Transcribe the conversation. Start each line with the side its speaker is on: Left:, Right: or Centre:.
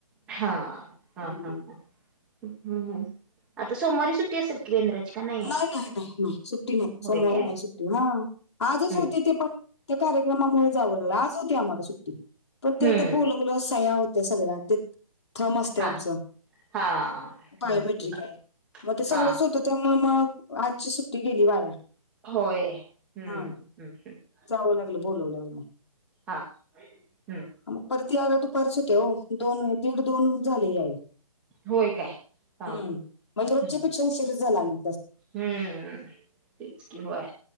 Centre: हा, हा,
Left: हम्म.
Centre: हा, ह, हंम, हंम, आता सोमवारी सुट्टी असल की, बेंद्राची? का नाही आहे
Left: नाय, नाय, नाय, नाय, सुट्टी नाय,
Centre: होय
Left: सोमवारी
Centre: काय
Left: नाय सुट्टी, हा, आजच
Centre: हम्म
Left: होती ती पण ते कार्यक्रमामुळं, जावं लागलं, आज होती आम्हाला सुट्टी, पण ते, आता
Centre: हम्म
Left: बोलव प्लस सहया होत्या सगळ्या, तीत थम असतय
Centre: हा
Left: आमचं,
Centre: हा
Left: बायोमेट्रिक
Centre: हम्म हम्म
Left: हाय, म ते सगळंच
Centre: हा
Left: होतं तर, मग आजची सुट्टी गेली वाया.
Centre: होय, हम्म-
Left: हा
Centre: ह् -हम्
Left: जावं लागलं बोलवल्याव, मग
Centre: हा, हंम
Left: म परत यायला दुपारच होतया वो, दोन- दीड -दोन झाले यायला
Centre: होय काय हा
Left: हम्म, म्हणजे रोजच्या
Centre: हम्म
Left: पेक्षा उशीर झाला, आनी
Centre: हम्म, तेच की बॉय